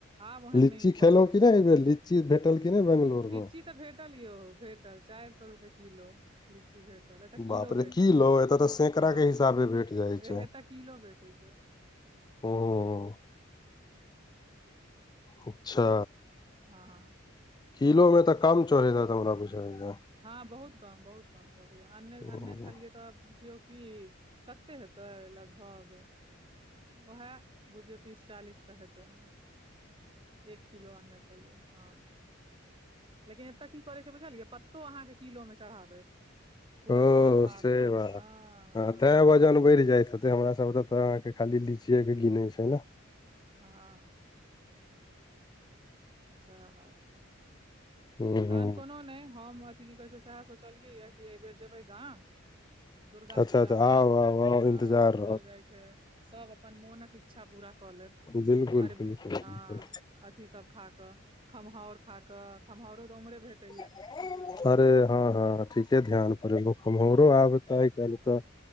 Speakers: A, on the right (about 25°); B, on the left (about 20°).
A: आब ओहन
B: लीची
A: नै उपज
B: खेलहुँ
A: होइ
B: कि
A: छै
B: नहि एहिबेर लीची भेटल कि नहि बंगलोर
A: लीची
B: मे
A: तऽ भेटल यौ भे लऽ, चारि सए रुपैये किलो। लीची भेटल एतय किलो
B: बाप रे
A: भेटै
B: किलो
A: छै
B: एतऽ तऽ सैकड़ा
A: हँ
B: के हिसाबे भेट जाइ
A: एतय
B: छै
A: किलो भेटै छै।
B: ह <unintelligible> अच्छा
A: हँ
B: किलो मे तऽ कम चरहि हेऽत हमरा पुझाइया
A: हँ बहुत कम बहुत कम चरहिया अन्ने
B: ओ
A: अने छलियै तब बुझियौ कि कते हेतै लगभग ओएह बुझियौ तीस चालीसटा हेतै अ एक किलो आनने छलियै हँ लेकिन एतय की करै छै बुझलियै ओ अहाँके किलो मे चढ़ा देत पूरा
B: ओ
A: खर पात
B: से
A: सब
B: बात
A: हँ
B: तें वजन बढ़ि जाइत ह तें हमरा सब ओतऽ त आंहा के खाली लीचियए के गिनै छै ने
A: हँ सएह बात छै
B: हूं
A: तहन
B: हूं
A: कोनो नहि हम अथि की कहै छै सएह सोचलियैया कि एहि बेेर जेबै गाम दुर्गा
B: अच्छा
A: पूजा
B: अच्छा
A: मे
B: आउ आउ आउ
A: तऽ
B: इन्तजार
A: की
B: रहल
A: कहल जाइ छै सब अपन मोनक इच् छा पूरा कऽ लेब
B: बिल्कुल
A: अरबी
B: बिल्कुल बिल्कुल
A: हँ अथी सब खाक खमहाउर खाकऽ खमहाउरो तो उम्हरे भेटैया
B: <unintelligible> अरे हँ हँ ठीके ध्यान परड़ ओ खमहौरो आब तऽ आइ काल्हि तऽ